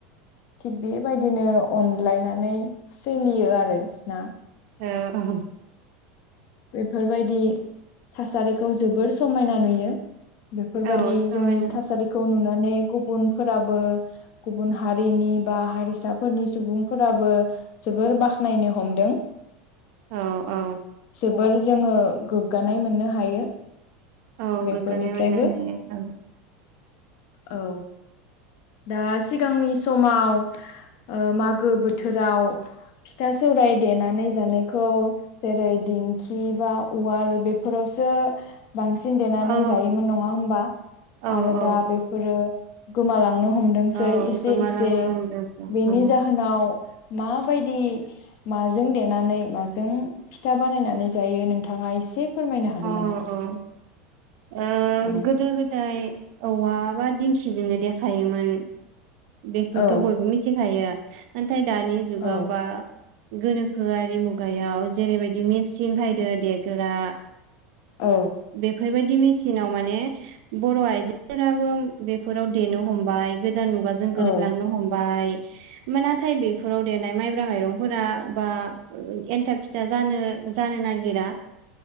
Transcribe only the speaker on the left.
थिग बेबायदिनो अनलायनानै सोलियो आरो ना।
बेफोरबायदि थासारिखौ जोबोर समायना नुयो। बेफोरबायदि
जोंनि थासारिखौ नुना गुबुनफोराबो गुबुन हारिनि बा हारिसाफोरनि सुबुंफोराबो जोबोर बाखनायनो हमदों।
जोबोद जोङो गोगानाय मोननो हायो।
बेफोरनिफ्रायबो
औ। दा सिगांनि समाव ओ मागो बोथोराव फिथा सौवराय देनानै जानायखौ जेरै दिंखि बा उवाल बेफोरावसो बांसिन देनानै
जायोमोन नङा होमबा
आरो
दा बेफोरो गोमालां नो हमदोंसै
एसे
इसे
बेनि
जाहोनाव माबायदि माजों देनानै माजों फिथा बानायनानै जायो नोंथाङा एसे फोरमायनो हागोन
नामा?
औ
औ
औ
औ
औ